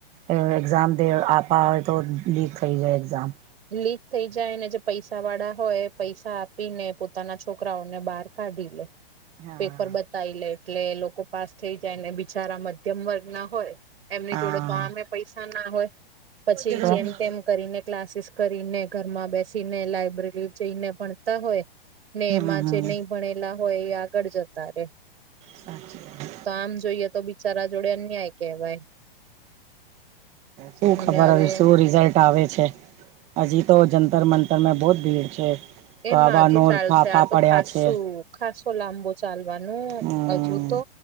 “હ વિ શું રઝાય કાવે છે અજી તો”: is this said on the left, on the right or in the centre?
Right